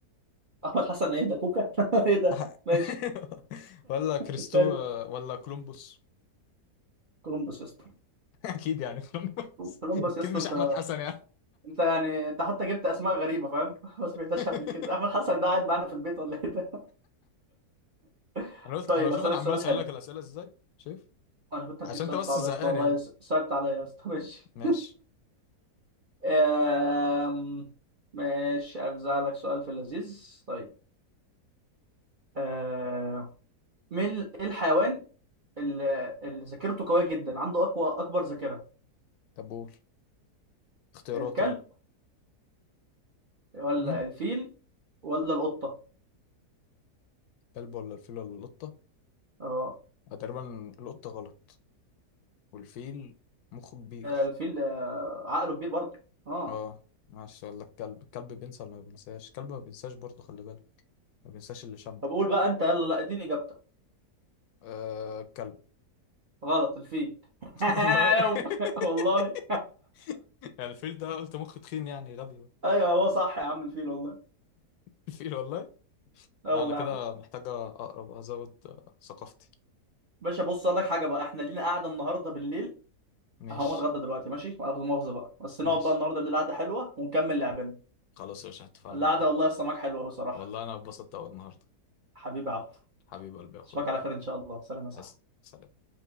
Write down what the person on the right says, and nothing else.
<laughs> احمد حسن ايه ده كوكا <laughs> ايه ده
ماشي
التالت
كولومبوس يا اسطى
كولومبوس
يا اسطى
انت
انت يعني انت حتى جبت اسماء غريبه فاهم <laughs> ما سمعتهاش
قبل كده احمد حسن ده قاعد معانا في البيت ولا ايه ده <laughs>
طيب
اسالك
سؤال
حلو
انا كنت
هديك سؤال
صعب
يا اسطى والله
س- صعبت عليا يا اسطى <laughs> ماشي
آم، ماشي ارزع لك سؤال في اللذيذ طيب آم، مين ال- ايه الحيوان اللي, اللي ذاكرته قوية جدا عنده اقوى اكبر ذاكرة
الكلب
ولا
الفيل ولا القطة
اه
آه، الفيل آه، عقله كبير برضه اه
طب قول بقى انت يلا لا اديني اجابتك
غلط الفيل <laughs>
والله
<laughs>
ايوه هو صح يا عم الفيل والله
اه
والله
يا عم
باشا بص اقول لك حاجه بقى احنا لينا قاعده النهارده بالليل
هقوم اتغدى دلوقتي ماشي ولا مؤاخذه بقى بس
نقعد بقى النهارده بالليل قعده حلوه ونكمل لعبنا
القعده
والله يا سماك حلوه بصراحه
حبيبي عبد
اشوفك على خير ان شاء الله سلام يا صاحبي